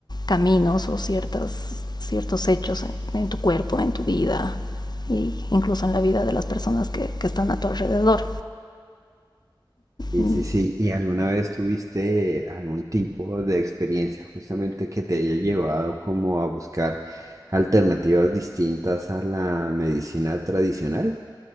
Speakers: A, on the left; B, on the right.
A: caminos o ciertas ciertos hechos en, en tu cuerpo, en tu vida, e incluso en la vida de las personas que, que están a tu alrededor.
B: Sí,
A: Mm,
B: sí, sí. ¿Y alguna vez tuviste algún tipo de experiencia justamente que te haya llevado como a buscar alternativas distintas a la medicina tradicional?